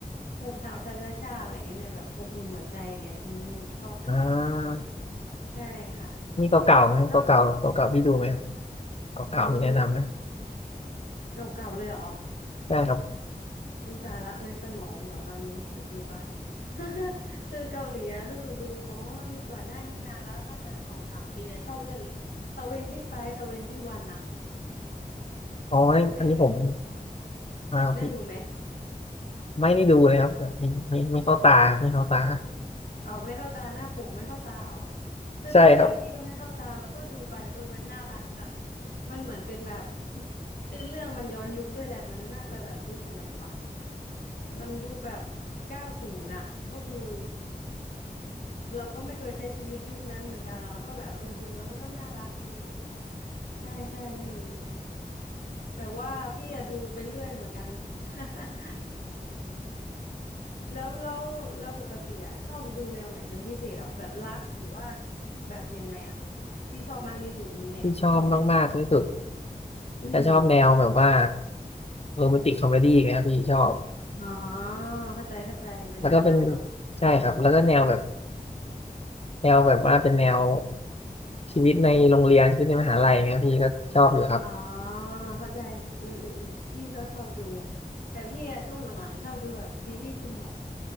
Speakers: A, on the left; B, on the left.
A: โฮมทาวน์ชาชาชาอะไรเงี้ยเนี่ยแบบอบอุ่นหัวใจอย่างเงี้ยดูชอบเหมือนกัน
B: อ่า
A: ใช่ค่ะ
B: นี่เก่าๆไหมครับเก่าๆเก่าๆพี่ดูไหมครับ
A: แล้ว
B: เก่าๆมีแนะนำไหม
A: ดูเก่าๆเลยเหรอ
B: ใช่ครับ
A: อุยตส่าห์ละในสมองเหรอตอนนี้เดี๋ยวดูก่อน <laughs> คือเกาหลีอะก็คือดูอ๋อมีก่อนหน้านี้นานแล้วน่าจะสองสามปีอะชอบเรื่องนี้ทเวนตี้ไฟว์ทเวนตี้วันอะ
B: อ๋ออันนี้ผม
A: เป็น
B: อ่า
A: ได้ดูไหม
B: ไม่ได้ดูเลยครับแบบไม่ไม่ไม่เข้าตาไม่เข้าตา
A: อ๋อไม่เข้าตาหน้าปกไม่เข้าตาเหรอคือตอนแรกพี่ก็ไม่เข้าตาแล้วก็ดูไปเออมันน่ารักจัง
B: ใช่ครับ
A: มันเหมือนเป็นแบบ <laughs> คือเรื่องมันย้อนยุคด้วยแหละมันน่าจะแบบยุคไหนวะมันยุคแบบเก้าศูนย์อะก็คือ เราก็ไม่เคยใช้ชีวิตยุคนั้นเหมือนกันอะแล้วก็แบบเออดูแล้วมันก็น่ารักดีใช่ใช่เรื่องนี้แต่ว่าพี่อะดูไปเรื่อยเหมือนกัน <laughs> แล้วแล้วแล้วปกติอะชอบดูแนวไหนเป็นพิเศษเหรอแบบรักหรือว่าแบบยังไงอะที่ชอบมากที่สุดมีแนวที่ชอบไหม
B: ที่ชอบมากๆที่สุด
A: อืม
B: แต่ชอบแนวแบบว่าโรแมนติกคอมเมดี้นะครับพี่ชอบ
A: อ๋อเข้าใจเข้าใจมันน่ารักเนาะ
B: แล้วก็เป็นใช่ครับแล้วก็แนวแบบแนวแบบว่าเป็นแนวชีวิตในโรงเรียนชีวิตในมหาลัยเงี้ยพี่ก็ชอบอยู่ครับ
A: อ๋อเข้าใจอืมอืมอืมพี่ก็ชอบดูแต่พี่อะช่วงหลังๆชอบดูแบบซีรีส์คุณหมอ